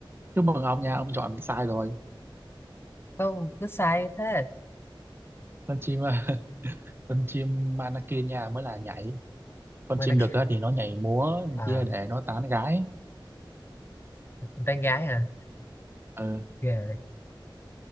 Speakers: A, on the right (about 25°); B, on the left (about 25°).
A: chúc mừng ông nha ông chọn sai rồi
B: tôi cứ sai thế
A: con chim <laughs> con chim manakin nha mới là nhảy con
B: Manakin
A: chim đực á thì nó nhảy múa này
B: à
A: kia để nó tán gái
B: con tán gái hả
A: ờ
B: Ghê.